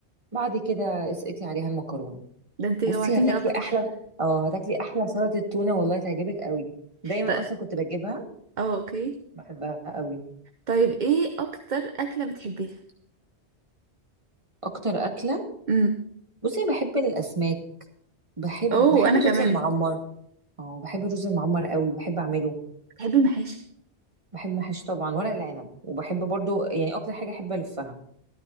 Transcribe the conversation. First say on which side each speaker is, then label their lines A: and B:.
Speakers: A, on the right; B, on the right.
A: بعد كده اسقطي عليها المكرونه
B: ده انت جوعتيني
A: بصي هتاكلي
B: أكتر
A: احلى اه هتاكلي احلى سلطه تونه والله تعجبك قوي دايما
B: طيب
A: اصلا كنت بجيبها
B: اه اوكي
A: بحبها قوي
B: طيب ايه أكتر أكلة بتحبيها
A: اكتر اكله
B: امم
A: بصي انا بحب الاسماك بحب
B: اوه
A: بحب
B: أنا
A: الرز
B: كمان
A: المعمر اه بحب الرز المعمر قوي بحب اعمله
B: بتحبي المحاشي
A: بحب محشي طبعا ورق العنب وبحب برضو يعني اكتر حاجه احب الفها